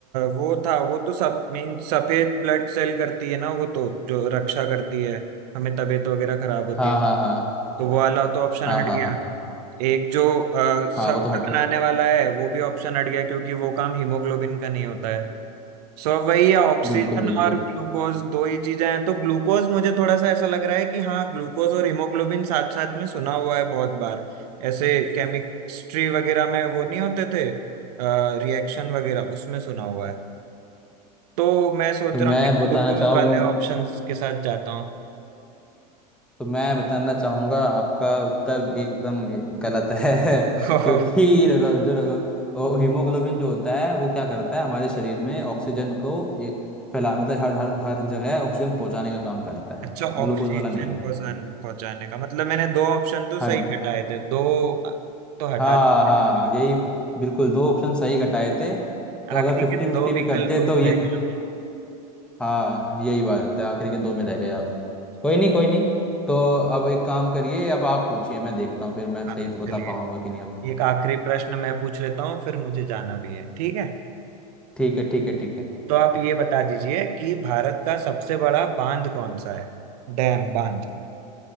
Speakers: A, on the right; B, in the centre.
A: वो था वो तो सब मीन सफेद ब्लड सेल करती है ना वो तो जो रक्षा करती है हमें तबीयत वगैरह खराब होती
B: हाँ
A: है
B: हाँ हाँ
A: तो वो वाला तो ऑप्शन
B: हाँ
A: हट
B: हाँ
A: गया
B: हाँ
A: एक जो अ,
B: हाँ
A: सख्त
B: वो तो हट
A: बनाने वाला है वो भी ऑप्शन हट गया क्योंकि वो काम हीमोग्लोबिन का नहीं होता है सो अब वही है ऑक्सीजन
B: बिल्कुल बिल्कुल
A: और ग्लूकोज दो ही चीजें हैं तो ग्लूकोज मुझे थोड़ा सा ऐसा लग रहा है कि हाँ ग्लूकोज और हीमोग्लोबिन साथ साथ में सुना हुआ है बहुत बार ऐसे केमिस्ट्री वगैरह में वो नहीं होते थे रिएक्शन वगैरह उसमें सुना हुआ है तो मैं सोच
B: तो मैं
A: रहा हूँ कि
B: बताना
A: ग्लूकोज
B: चाहूँ
A: वाले ऑप्शंस के साथ जाता हूँ
B: तो मैं बताना चाहूंगा आपका उत्तर एकदम गलत है <laughs>
A: <laughs>
B: क्योंकि र- र- जो र- ओ- हीमोग्लोबिन जो होता है वो क्या करता है हमारे शरीर में ऑक्सीजन को ये फैला मतलब हर हर हर जगह ऑक्सीजन पहुंचाने का काम करता है
A: अच्छा
B: ग्लूकोज
A: ऑक्सीजन
B: वाला नहीं है
A: पहुंचाने पहुंचाने का मतलब मैंने दो ऑप्शन तो
B: हाँ
A: सही हटाए थे दो तो हटा
B: हाँ
A: दिए
B: हाँ यही बिल्कुल दो ऑप्शन सही घटाए थे तो
A: आखिरी
B: अगर फिफ्टी
A: के
B: फिफ्टी
A: दो विकल्प
B: भी करते
A: में
B: तो ये
A: रह गया
B: हाँ यही बात है आखिरी के दो में रह गए आप कोई नहीं कोई नहीं तो अब एक काम करिए अब आप पूछिए मैं देखता हूँ फिर मैं
A: हाँ
B: सही तो बता
A: चलिए
B: पाऊंगा कि नहीं अब
A: एक आखिरी प्रश्न मैं पूछ लेता हूँ फिर मुझे जाना भी है ठीक है
B: ठीक है ठीक है ठीक है
A: तो आप ये बता दीजिए कि भारत का सबसे बड़ा बांध कौन सा है डैम बांध